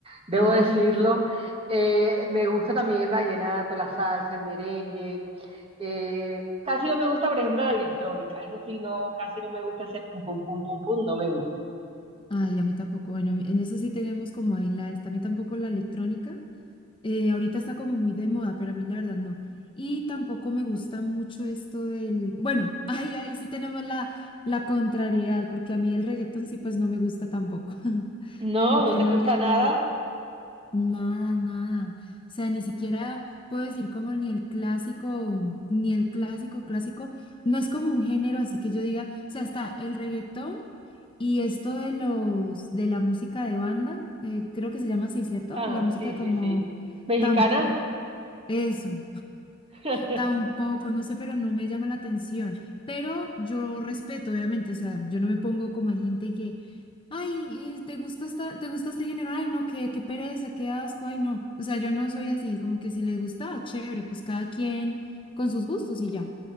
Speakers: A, on the right; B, on the left.
A: debo
B: Ah,
A: decirlo.
B: ok.
A: Eh, me gusta también el vallenato, la salsa, el merengue. Eh, casi no me gusta, por ejemplo, la electrónica. Eso sí, no, casi no me gusta hacer pum, pum, pum, pum, pum, no me gusta.
B: Ay, a mí tampoco. Bueno, a mí- en eso sí tenemos como ahí la esta. A mí tampoco la electrónica. eh, ahorita está como muy de moda, pero a mí la verdad no. Y tampoco me gusta mucho esto del. Bueno, <laughs> ahí, ahí sí tenemos la, la contrariedad, porque a mí el reggaetón sí, pues no me gusta tampoco. <laughs>
A: No,
B: Como
A: no
B: que
A: te
B: no
A: gusta
B: le
A: nada.
B: voy. Nada, nada. O sea, ni siquiera puedo decir como ni el clásico, ni el clásico, clásico. No es como un género, así que yo diga, o sea, está el reggaetón Y esto de los de la música de banda, eh, creo que se llama así, ¿cierto?
A: Ah,
B: La música
A: sí,
B: como
A: sí, sí. ¿Mexicana?
B: tampoco, eso,
A: <laughs>
B: tampoco, no sé, pero no me llama la atención. Pero yo respeto, obviamente, o sea, yo no me pongo como hay gente que, ay, eh, ¿te gusta esta, te gusta este género? Ay, no, qué, qué pereza, qué asco, ay, no. O sea, yo no soy así, como que si les gusta, ah, chévere, pues cada quien con sus gustos y ya.